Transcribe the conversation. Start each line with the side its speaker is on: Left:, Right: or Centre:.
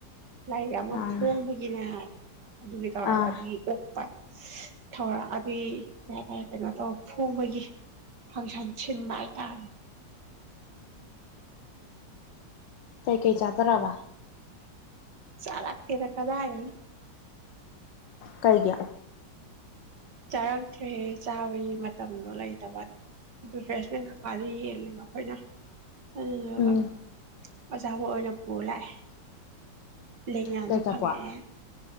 Right: ꯂꯥꯏꯔꯤꯛ ꯑꯃ
Left: ꯑꯥ
Right: ꯐꯣꯡꯕꯒꯤꯅꯦ ꯑꯗꯨꯒꯤ ꯇꯧꯔꯒ
Left: ꯑꯥ
Right: ꯑꯗꯨꯒꯤ ꯑꯣꯛꯄ ꯊꯧꯔꯝ ꯑꯗꯨꯒꯤ ꯀꯩ ꯍꯥꯏꯇꯥꯔꯦ ꯀꯩꯅꯣ ꯇꯧ ꯐꯣꯡꯕꯒꯤ ꯐꯪꯁꯟ ꯁꯤꯟꯕ ꯍꯥꯏꯇꯔꯦ
Left: ꯀꯩ ꯀꯩ ꯆꯗꯔꯕ
Right: ꯆꯔꯥꯛ ꯇꯦꯗ ꯀꯗꯥꯏꯗꯩꯅꯣ
Left: ꯀꯩꯒꯤ
Right: ꯆꯥꯔꯛꯇ꯭ꯔꯦ ꯆꯥꯕꯒꯤ ꯃꯇꯝꯗꯣ ꯂꯩꯇꯕ ꯔꯤꯐ꯭ꯔꯦꯁꯃꯦꯟ ꯀꯩꯀꯥꯗꯨ ꯌꯦꯜꯂꯤꯕ ꯑꯩꯈꯣꯏꯅ ꯑꯗꯨꯗꯨꯒ
Left: ꯎꯝ
Right: ꯑꯆꯥꯄꯣꯠ ꯑꯣꯏꯅ ꯄꯨꯔ ꯂꯥꯛꯑꯦ ꯂꯦꯡ ꯌꯥꯟꯁꯨ
Left: ꯀꯩ ꯑꯆꯥꯄꯣꯠ
Right: ꯐꯪꯉꯛꯑꯦ